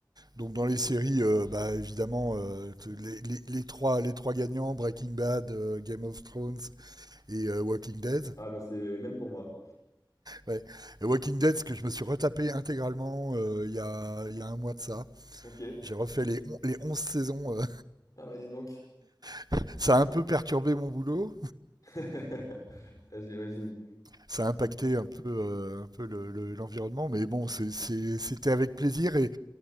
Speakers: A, on the right (about 55°); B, on the left (about 45°).
A: Donc dans les séries, euh, bah, évidemment, euh, t- les, les- les trois, les trois gagnants, Breaking Bad, euh, Game of Thrones et euh, Walking Dead.
B: Ah bah c'est les mêmes pour moi.
A: Ouais. Et Walking Dead, ce que je me suis retapé intégralement euh, il y a, il y a un mois de ça.
B: Ok.
A: J'ai refait les, on- les 11 saisons. euh.
B: Ah bah dis donc.
A: <laughs> Ça a un peu perturbé mon boulot,
B: <laughs> Ah, J'imagine.
A: ça a impacté un peu, euh, un peu le- le- l'environnement, mais bon, c'est- c'est- c'était avec plaisir. Et